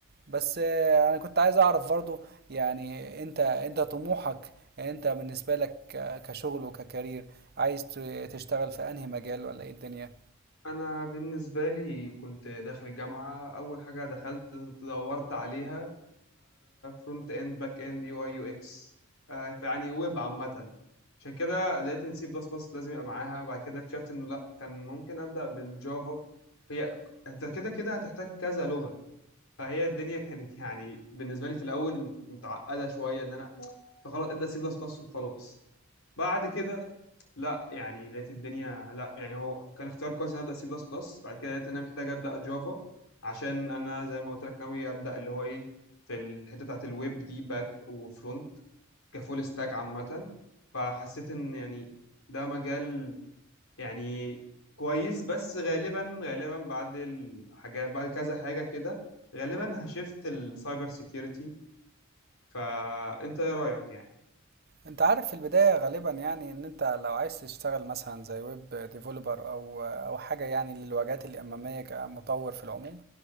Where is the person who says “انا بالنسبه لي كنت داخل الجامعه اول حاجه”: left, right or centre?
Left